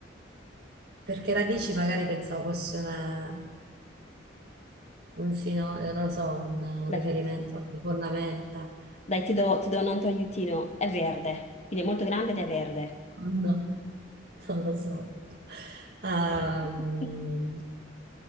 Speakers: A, on the right; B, on the left.
A: Perché radici magari pensavo fosse una... un sino... eh, non lo so, un, un riferimento
B: Dai,
A: a alle fondamenta. <laughs>
B: dai, ti do, ti do un altro aiutino. È verde, quindi è molto grande ed è verde.
A: No, non lo so. Ehm,
B: <laughs>